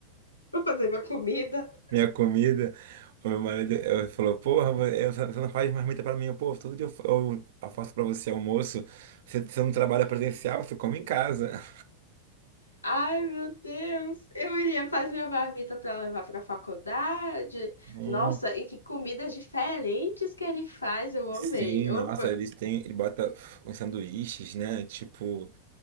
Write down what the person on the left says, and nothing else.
pra fazer minha comida?
Ai, meu Deus. Eu iria fazer minha marmita para levar para a faculdade.
Nossa, e que comidas diferentes que ele faz. Eu amei.
Eu
amo.